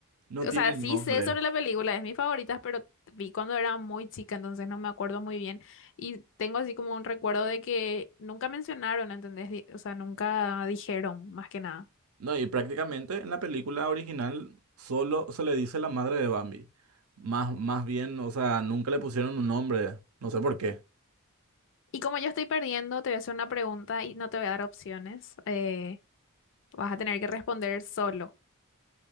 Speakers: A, on the right (about 70°); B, on the left (about 60°).
A: no
B: O
A: tiene
B: sea, sí
A: nombre.
B: sé sobre la película, es mi favorita, pero vi cuando era muy chica, entonces no me acuerdo muy bien. Y tengo así como un recuerdo de que nunca mencionaron, ¿entendés? Di- O sea, nunca dijeron, más que nada.
A: No, y prácticamente en la película original solo se le dice la madre de Bambi. Más, más bien, o sea, nunca le pusieron un nombre, no sé por qué.
B: Y como yo estoy perdiendo, te voy a hacer una pregunta y no te voy a dar opciones. eh, vas a tener que responder solo.